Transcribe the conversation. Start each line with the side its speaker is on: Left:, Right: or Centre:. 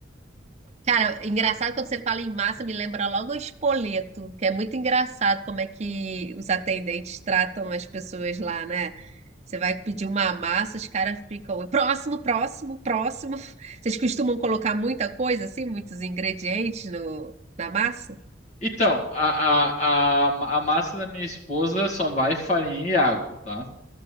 Right: Cara, engraçado quando você fala em massa, me lembra logo o espoleto, que é muito engraçado como é que os atendentes tratam as pessoas lá, né? Você vai pedir uma massa, os caras ficam próximo, próximo, próximo. <laughs> Vocês costumam colocar muita coisa assim, muitos ingredientes no, na massa?
Left: Então, a, a, a, a massa da minha esposa só vai farinha e água, tá?